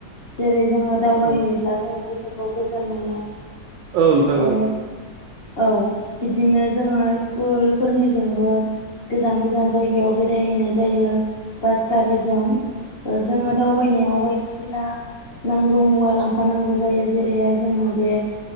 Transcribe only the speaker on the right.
औ
औ नोंथां
औ
औ